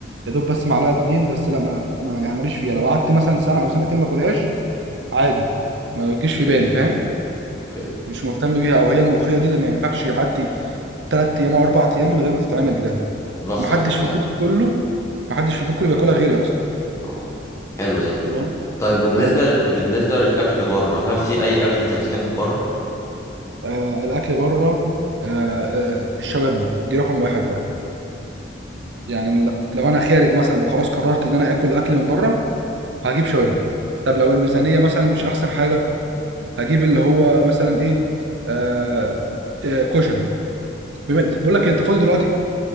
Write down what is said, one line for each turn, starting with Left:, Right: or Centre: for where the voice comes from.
Right: يا دوب بس معلقه اتنين بس لا ما ما- يعني ماليش فيها لو قعدت مثلا سنه او سنتين ما اكلهاش عادي ما تجيش في بالي
Left: اوكي
Right: فاهم
Left: اوكي
Right: مش مهتم بيها او هي الملوخيه دي اللي ما ينفعش يعدي تلات ايام او اربع ايام من غير ما تتعمل بجد
Left: بختك
Right: ومحدش
Left: والله
Right: في البيت كله محدش في البيت كله بياكلها غيري اصلا
Left: اه حلو ده
Right: تمام
Left: طيب وبالنسبة
Right: طيب
Left: بالنسبة للأكل بره هل في أي أكل أنت بتحبه بره؟
Right: آه الاكل بره آه آه الشاورما دي رقم واحد بره يعني أنا ل- لو انا خارج مثلا وخلاص قررت ان انا اكل اكل من بره هجيب شاورما طب لو الميزانيه مثلا مش احسن حاجه هجيب اللي هو مثلا ايه آه آه كشري بما- بقول لك إيه، انت فاضي دلوقتي